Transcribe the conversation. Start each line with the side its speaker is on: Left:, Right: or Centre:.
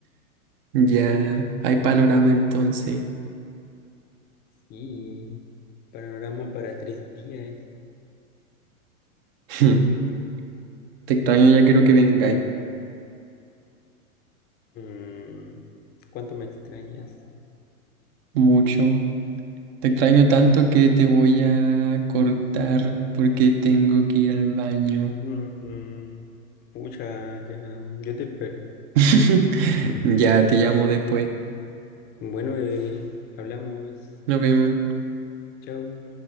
Right: Ya, hay panorama entonces.
Left: Sí, panorama para tres días.
Right: <laughs> Te extraño, ya quiero que vengáis.
Left: Mm, ¿cuánto me extrañas?
Right: Mucho. Te extraño tanto que te voy a cortar porque tengo que ir al baño.
Left: Mm, mm, pucha, ya, yo te espero.
Right: <laughs> Ya te llamo después.
Left: Bueno, bebé, hablamos.
Right: Nos vemos.
Left: Chau.